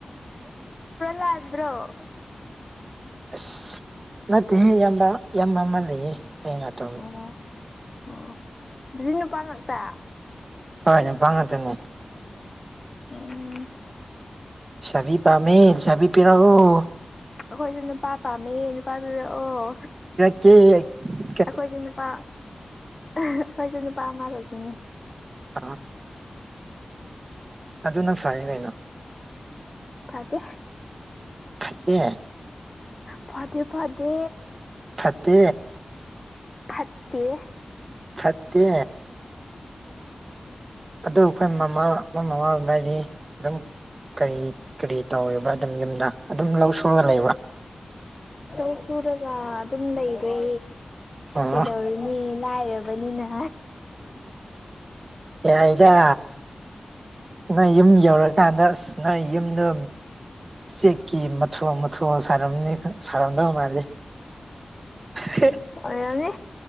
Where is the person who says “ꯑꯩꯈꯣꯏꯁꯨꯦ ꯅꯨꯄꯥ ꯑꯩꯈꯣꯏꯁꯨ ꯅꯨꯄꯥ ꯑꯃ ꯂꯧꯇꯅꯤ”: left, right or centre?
Left